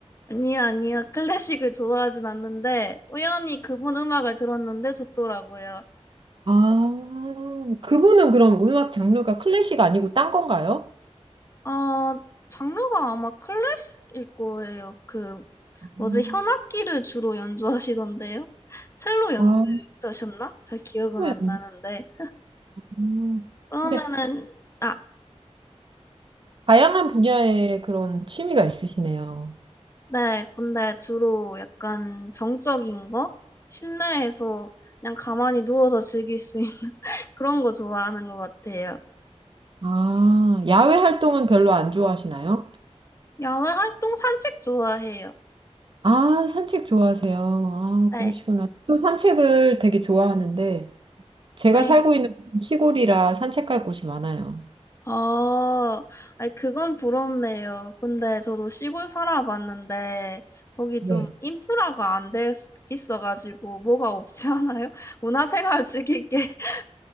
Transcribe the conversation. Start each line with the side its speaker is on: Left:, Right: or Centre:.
Left: 아니요, 아니요. 클래식을 좋아하진 않는데, 우연히 그분 음악을 들었는데 좋더라고요.
Right: 아, 그분은 그럼 음악 장르가 클래식 아니고 딴 건가요?
Left: 아, 장르가 아마 클래식일 거예요. 그, 뭐지,
Right: 음,
Left: 현악기를 주로 연주하시던데요? 첼로 연주자셨나?
Right: 아,
Left: 잘 기억은
Right: 네.
Left: 안 나는데.
Right: 음.
Left: 그러면은,
Right: 근데
Left: 아,
Right: 다양한 분야의 그런 취미가 있으시네요.
Left: 네. 근데 주로 약간 정적인 거? 실내에서 그냥 가만히 누워서 즐길 수 있는 <laughs> 그런 거 좋아하는 것 같아요.
Right: 아, 야외 활동은 별로 안 좋아하시나요?
Left: 야외 활동 산책 좋아해요.
Right: 아, 산책 좋아하세요. 아,
Left: 네.
Right: 그러시구나. 또 산책을 되게 좋아하는데, 제가
Left: 네.
Right: 살고 있는 시골이라 산책할 곳이 많아요.
Left: 아, 아니, 그건 부럽네요. 근데 저도 시골 살아봤는데, 거기
Right: 네.
Left: 좀 인프라가 안 돼 있어가지고, 뭐가 없지 않아요? <laughs> 문화생활 즐기게. <laughs>